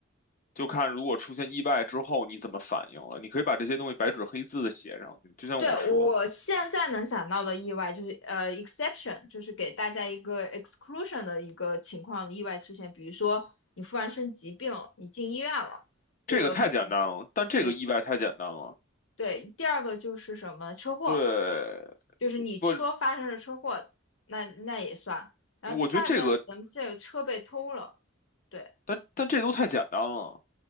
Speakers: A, on the left (about 40°); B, on the left (about 65°).
A: 就看如果出现意外之后你怎么反应了。你可以把这些东西白纸黑字的写上去，就像我说，
B: 对，我现在能想到的意外就是，呃，exception，就是给大家一个 exclusion 的一个情况，意外出现，比如说你突然生疾病了你进医院了，这个肯定的。
A: 这个太简单了，但这个意外太简单了。
B: 对对，第二个就是什么车祸，
A: 对，
B: 就是你车发生了车祸，
A: 不。
B: 那那也算。然后第三个，
A: 我觉得这个，
B: 咱们这个车被偷了，对，
A: 但但这都太简单了。